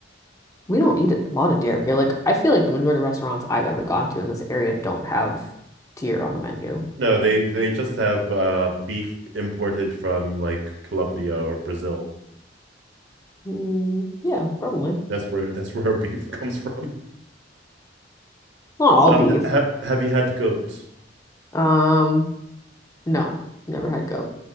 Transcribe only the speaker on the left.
We don't eat a lot of deer up here. Like, I feel like the majority of restaurants I've ever gone to in this area don't have deer on the menu.
Mm, yeah, probably.
Not all
beef.
Um, no, never had goat.